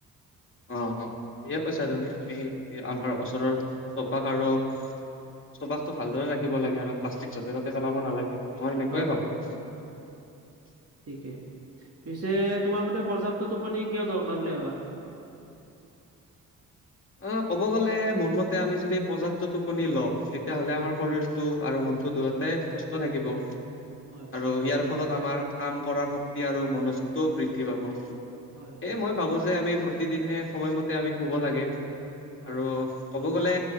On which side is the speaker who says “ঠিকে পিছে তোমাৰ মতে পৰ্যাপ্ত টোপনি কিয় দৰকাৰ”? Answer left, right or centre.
Right